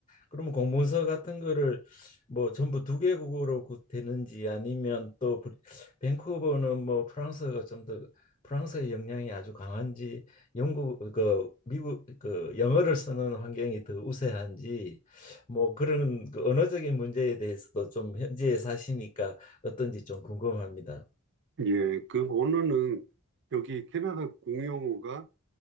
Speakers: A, on the left; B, on the right.
A: 그러면 공문서 같은 거를 뭐 전부 두 개국어로 구- 되는지 아니면 또 브리- 밴쿠버는 뭐 프랑스어가 좀 더 프랑스의 영향이 아주 강한지 영국 그 미국 그 영어를 쓰는 환경이 더 우세한지 뭐 그런 그 언어적인 문제에 대해서도 좀 현지에 사시니까 어떤지 좀 궁금합니다.
B: 예, 그 언어는 여기 캐나다 공용어가